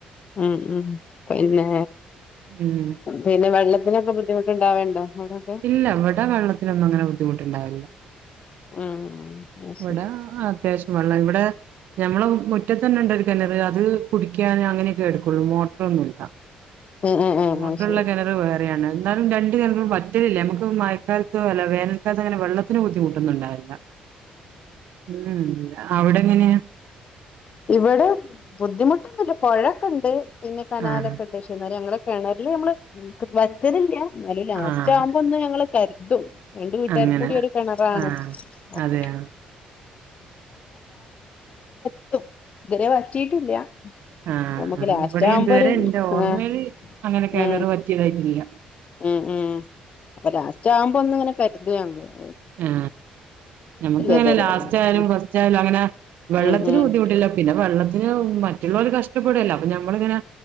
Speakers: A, on the left; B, on the right.
A: ഉം ഉം പിന്നെ
B: ഉം
A: പിന്നെ വെള്ളത്തിനൊക്കെ ബുദ്ധിമുട്ടുണ്ടാവേണ്ടോ അവിടൊക്കെ
B: ഇല്ല ഇവടെ വെള്ളത്തിനൊന്നും അങ്ങനെ ബുദ്ധിമുട്ടുണ്ടാവലില്ല.
A: ഉം അത്
B: ഇവിടെ
A: ശരി
B: അത്യാവശ്യം വെള്ളം ഇവിടെ ഞമ്മളെ മു മുറ്റത്ത് തന്നെ ഇണ്ട് ഒരു കെണറ് അത് കുടിക്കൻ അങ്ങനെയൊക്കെ എടുക്കുള്ളൂ മോട്ടറൊന്നുല്ല
A: ഉം ഉം ഉം
B: മോട്ടറുള്ള
A: അത് ശരി
B: കെണറ് വേറെയാണ് എന്നാലും രണ്ട് കെണറും വറ്റ് ല്ല നമ്മക്ക് മഴക്കാലത്ത് അല്ല വേനൽക്കാലത്ത് അങ്ങനെ വെള്ളത്തിന് ബുദ്ധിമുട്ടൊന്നുണ്ടാവല് ഉം അവിടെ എങ്ങനെയാ?
A: ഇവിടെ ബുദ്ധിമുട്ടൊന്നുല്ല പൊഴക്കെ ഇണ്ട് പിന്നെ കനാലൊക്കെണ്ട്
B: ആഹ്
A: ഷെ എന്നാലും ഞങ്ങള് കെണറില് നമ്മള് വറ്റലില്ല അതില് ലാസ്റ്റ്
B: ആഹ്
A: ആവുമ്പോ ഒന്ന് ഞങ്ങള് കര് ദും രണ്ട് വീട്ടുകാർ
B: അങ്ങനെ
A: കൂടി ഒരു കിണറാണ്
B: ആഹ്
A: അപ്പൊന്നു
B: അതെയോ
A: <unintelligible> ഇതുരെ വറ്റിയിട്ടില്ല അ
B: ആഹ്
A: നമ്മുക്ക്
B: ആഹ്
A: ലാസ്റ്റ്
B: ഇവിടെ
A: ആവുമ്പോ
B: ഇതുവരെ
A: ഒരു
B: എന്റെ ഓർമ്മയില്
A: ആ
B: അങ്ങനെ കിണറ്
A: ഉ
B: പറ്റിയതായിട്ടില്ല
A: ഉ ഉ അപ്പൊ ലാസ്റ്റ് ആവുമ്പോ ഒന്നങ്ങനെ <unintelligible>
B: ആ നമ്മക്ക്ങ്ങനെ
A: ഇതുവരെ
B: ലാസ്റ്റ്
A: അങ്ങനെ
B: ആയാലും
A: ഉം
B: ഫസ്റ്റ് ആയാലും അങ്ങനെ വെള്ളത്തിന്
A: ഉം ഉം
B: ബുദ്ധിമുട്ടില്ല പിന്നെ വെള്ളത്തിന് മറ്റുള്ളവര് കഷ്ടപ്പെടല്ല അപ്പൊ ഞമ്മളിങ്ങനെ